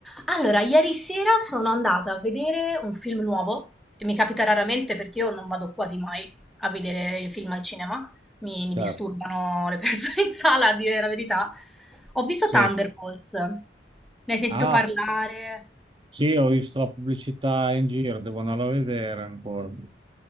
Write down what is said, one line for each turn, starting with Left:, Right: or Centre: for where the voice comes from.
Centre: Allora, ieri sera sono andata a vedere un film nuovo, e mi capita raramente perché io non vado quasi mai a vedere i film al cinema, mi, mi
Right: Chiaro.
Centre: disturbano le persone <laughs> in sala, a dire la verità. Ho visto
Right: Sì.
Centre: Thunderbolts, ne hai sentito
Right: Ah,
Centre: parlare?
Right: sì, ho visto la pubblicità in giro, devo andare a vedere ancora.